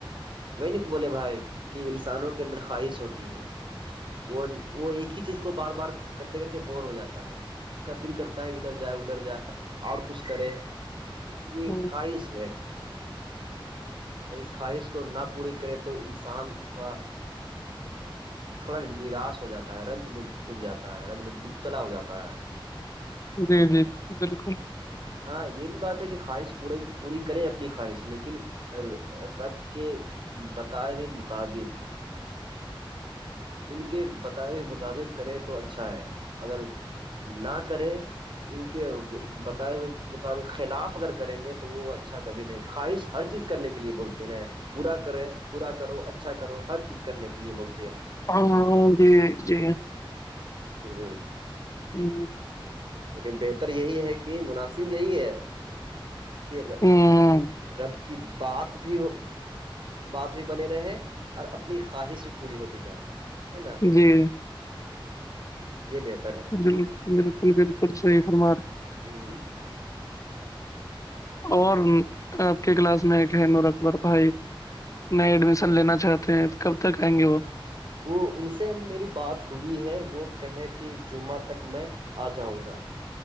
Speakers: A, on the right; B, on the left.
A: وہ نک بولے بھائی کہ انسانوں کے اندر خواہش ہوتی ہے وہ وہ ایک ہی چیز کو بار بار کرتے کرتے بور ہو جاتا ہے اس کا دل کرتا ہے ادھر جائے ادھر جائے اور کچھ کرے یہ
B: ہوں،
A: خواہش ہے اور اس خاہ کو نہ پوری کرے تو انسان تھوڑا تھوڑا نراش ہو جاتا ہے رنج میں ڈوب جاتا ہے رنج میں مبتلا ہو جاتا ہے
B: جی جی جی بالکل
A: ہاں یہ بھی بات ہے کہ خواہش پوری پوری کرے اپنی خواہش لیکن رب کے بتا ہوئے مطابق ان کے بتا مطابق کرے تو اچھا ہے اگر نہ کرے ان بتائے ہوئے مطابق خلاف اگر کریں گے تو وہ اچھا کبھی نہیں خواہش ہر چیز کا کرنے کے لیے بولتے نا برا کریں برا کرو اچھا کرو ہر چیز کرنے کے لیے بولتے
B: ہاں جی جی
A: ہ ہ
B: جی
A: لیکن بہتر یہی ہے کہ مناسب یہی ہے کہ
B: ہ
A: رب کی بات بھی بات بھی بنے رہے اور اپنی خواہش بھی پوری ہوتی جائے ہے نا
B: جی
A: یہ بہتر ہے
B: بالکل بالکل بالکل صحیح فرما رہے
A: ہ
B: جی اور آپ کے کلاس میں ایک ہے نور اکبر بھائی نئے ایڈمیشن لینا چاہتے ہیں کب تک آئیں گے وہ
A: وہ ان سے ہم میری بات ہوئی ہے وہ کہیں کہ جمعہ تک میں آ جاؤں گا